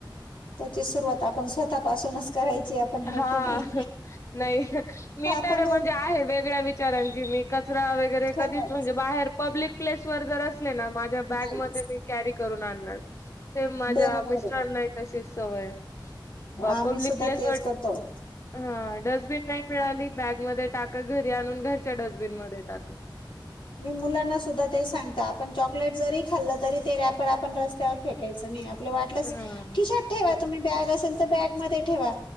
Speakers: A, on the left; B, on the left.
A: त्याची सुरुवात आपण स्वतः पासूनच करायची आपण आहे
B: हा
A: कि नाही
B: नाही मी
A: आपण
B: तर म्हणजे आहे वेगळ्या विचारांची मी कचरा वगैरे
A: खरंच
B: कधीच म्हणजे बाहेर पब्लिक प्लेस वर जर असले ना माझ्या बॅग
A: नाही
B: मध्ये मी कॅरी करून आणणार सेम माझ्या
A: बरोबर
B: मिस्टरांना ही तशीच सवय आहे,
A: आम्ही
B: पब्लिक
A: सुद्धा
B: प्लेसवर
A: <inaudible>
B: हा डस्टबिन नाही मिळाली बॅगमध्ये टाका घरी आणून घरच्या डस्टबिन मध्ये टाका
A: मी मुलांना सुद्धा ते सांगत आपण चॉकलेट जरी खाल्लं तरी ते रॅपर आपण रस्त्यावर फेकायचं नाही आपल्याला वाटलंच
B: हा
A: खिशात ठेवा तुम्ही बॅग असेल तर बॅगमध्ये ठेवा